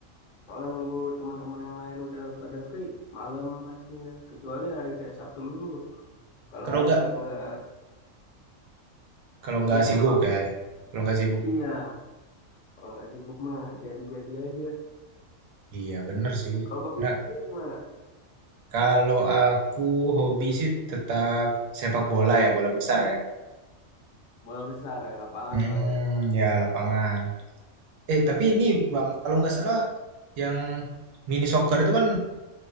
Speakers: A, on the left; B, on the right.
A: soalnya nunggu teman-teman yang lain udah pada free, malam pastinya. Kecuali hari kayak Sabtu Minggu. Kalau
B: Kalau
A: mereka
B: nggak,
A: nggak,
B: kalau nggak
A: ya Bang.
B: sibuk ya, kalau nggak sibuk.
A: Iya, kalau nggak sibuk mah jadi-jadi aja.
B: Iya bener sih.
A: Kalau Bang Willy
B: Nah,
A: sendiri gimana?
B: kalau aku hobi sih tetap sepak bola ya, bola besar ya.
A: Bola besar ya, lapangan
B: Hmm,
A: Bang. ya.
B: ya lapangan. Eh, tapi ini Bang, kalau nggak salah yang mini soccer itu kan